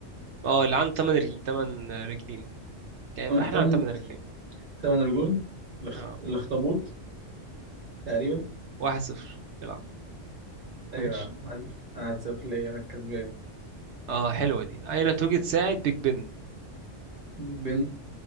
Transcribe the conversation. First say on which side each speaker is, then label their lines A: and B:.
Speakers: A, on the right; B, on the right.
A: اه اللي عنده تمن رجل تمن رجلين كائن
B: أه،
A: بحري
B: تمن
A: عنده تمن رجلين
B: تمن رجول الاخ-
A: اه
B: الأخطبوط تقريبا
A: واحد صفر العب
B: أيوة
A: ماشي
B: يا عم عارف. أنا هتسافر ليا أنا الكسبان
A: اه حلوه دي اين توجد ساعه بيج بن
B: بيج بن